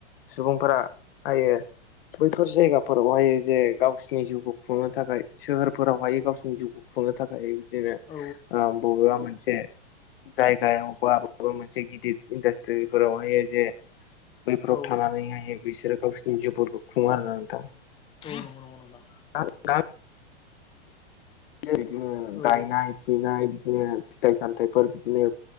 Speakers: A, on the left; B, on the left.
A: सुबुंफोरा हायो। बैफोर जायगाफोरावहायो जे गावसिनि जिउखौ खुंनो थाखाय सोहोरफोरावहाय गावसिरनि जिउखौ खुंङो। थाखाय बिदिनो ओ
B: औ
A: बबेबा मोन मोनसे जायगायाव बा माबा मोनसे गिदिर इन्डास्ट्रिफोरावहायो जे बैफोराव
B: औ
A: थानानैहायो बिसोरो गावसोरनि जिवफोरखौ खुंङो आरो ना नोंथां।
B: औ नंगौ नंगौ नोंथां।
A: गामियाव बिदिनो
B: औ
A: गायनाय फुनाय बिदिनो फिथाइ सामथायफोर बिदिनो